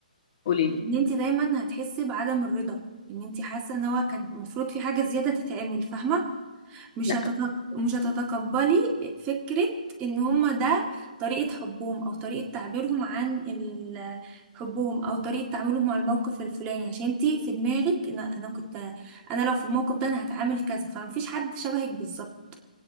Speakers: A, on the left; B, on the right.
A: <laughs> لي
B: ان انت دايما هتحسي بعدم الرضا ان انت حاسه ان هو كان المفروض في حاجه زياده تتعمل فاهمه مش
A: لا
B: هتتق... مش هتتقبلي فكره ان هما ده طريقه حبهم او طريقه تعبيرهم عن ال... حبهم او طريقه تعاملهم مع الموقف الفلاني عشان انت في دماغك انا انا كنت انا لو في الموقف ده انا هتعامل كذا فمفيش حد شبهك بالظبط